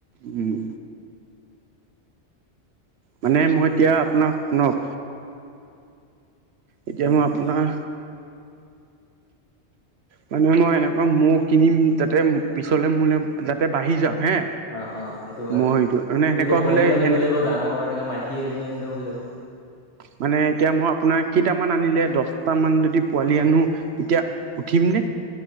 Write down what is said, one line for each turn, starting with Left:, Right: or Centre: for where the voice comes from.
Right: উম। মানে মই এতিয়া আপোনাক শুনক এতিয়া
Left: উম
Right: মই আপোনাৰ মানে মই এনেকুৱা ম'হ কিনিম যাতে পিছলে মোলে যাতে বাঢ়ি যাওক। হে
Left: অ অ সেইটো হয়
Right: মৌ
Left: বাৰু
Right: হেৰিটো মানে সেনেকুৱা
Left: তুমি এতিয়া পোৱালিও
Right: হলে
Left: আনিব
Right: সেনে
Left: লাগিব, ডাঙৰ এনেকা মাইকী এজনী আনিলেও হৈ যাব।
Right: মানে এতিয়া মই আপোনাক কেইটামান আনিলে দছটামান যদি পোৱালি আনো, তেতিয়া উঠিম নে?